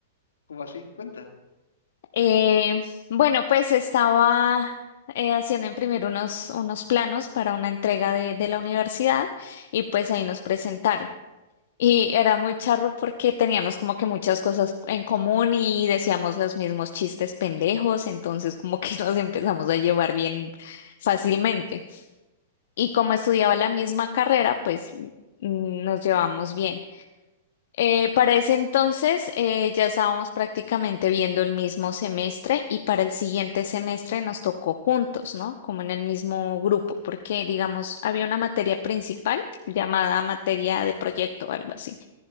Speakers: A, on the left; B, on the left.
A: ¿Cómo así? Cuenta.
B: Eh, bueno, pues estaba... eh, haciendo imprimir unos, unos planos para una entrega de de la universidad y pues ahí nos presentaron. Y era muy charro porque teníamos como que muchas cosas en común y decíamos los mismos chistes pendejos, entonces como que <laughs> nos empezamos a llevar bien fácilmente. Y como estudiaba la misma carrera, pues mm, nos llevamos bien. Eh, para ese entonces eh, ya estábamos prácticamente viendo el mismo semestre y para el siguiente semestre nos tocó juntos, ¿no? Como en el mismo grupo, porque digamos, había una materia principal llamada materia de proyecto, algo así.